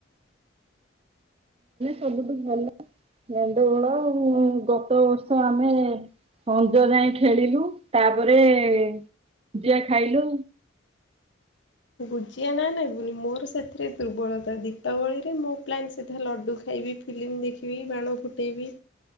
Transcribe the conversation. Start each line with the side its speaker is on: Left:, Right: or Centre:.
Right: ସବୁଠୁ ଭଲ ଗଣ୍ଡଗୋଳ ଗତ ବର୍ଷ ଆମେ ସଞ୍ଜ ଯାଏ ଖେଳିଲୁ ତାପରେ ଗୁଜିଆ ଖାଇଲୁ
Left: ଗୁଜିଆ ନା ନବୁନି ମୋର ସେଥିରେ ଦୁର୍ବଳତା ଦୀପାବଳିରେ ମୋ ପ୍ଲାନ୍ ସିଧା ଲଡ଼ୁ ଖାଇବି ଫିଲ୍ମ ଦେଖିବି ବାଣ ଫୁଟେଇବି